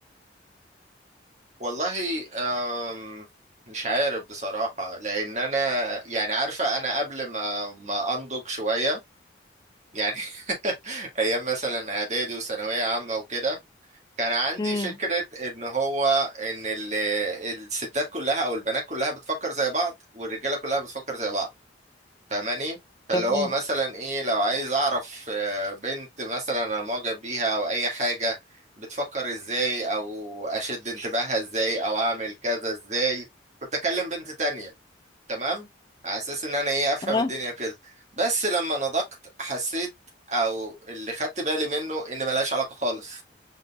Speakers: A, on the right; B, on the left.
A: والله أم مش عارف بصراحة لأن أنا يعني عارفة أنا قبل ما ما أنضج شوية يعني <laughs> ايام مثلا اعدادي وثانويه عامه وكده كان عندي
B: امم
A: فكره ان هو ان ال- الستات كلها او البنات كلها بتفكر زي بعض والرجاله كلها بتفكر زي بعض فاهماني فاللي
B: تمام
A: هو مثلا ايه لو عايز اعرف آه، بنت مثلا انا معجب بيها او اي حاجه بتفكر ازاي او اشد انتباهها ازاي او اعمل كذا ازاي كنت اكلم بنت تانية تمام على اساس ان انا ايه افهم
B: اه
A: الدنيا كده بس لما نضقت حسيت او اللي خدت بالي منه ان ملهاش علاقة خالص